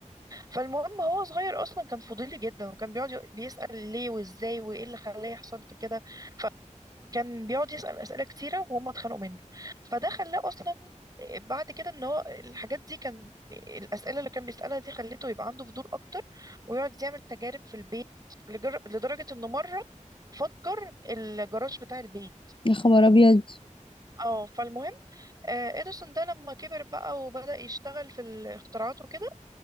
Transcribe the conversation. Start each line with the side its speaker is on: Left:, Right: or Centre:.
Right: فالمهم هو صغير اصلا كان فضولي جدا وكان بيقعد يق- بيسأل ليه وازاي وايه اللي خلاه يحصل في كده ف كان بيقعد يسأل أسئلة كتيرة وهم اتخانقوا منه فده خلاه أصلا بعد كده ان هو الحاجات دي كان الأسئلة اللي كان بيسألها دي خلته يبقى عنده فضول أكتر ويقعد يعمل تجارب في البيت لجر... لدرجة انه مرة فجر الجراج بتاع البيت
Left: يا خبر ابيض
Right: اه فالمهم آه، اديسون ده لما كبر بقى وبدأ يشتغل في الاختراعات وكده